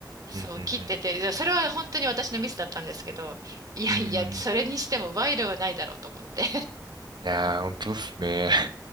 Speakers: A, on the right; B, on the right.
A: そう切ってて、
B: うんうん
A: いやそれは本当に私のミスだったんですけど、いやいや、
B: うん。うーん。
A: それにしても賄賂はないだろうと思って。
B: いやー、本当っすね。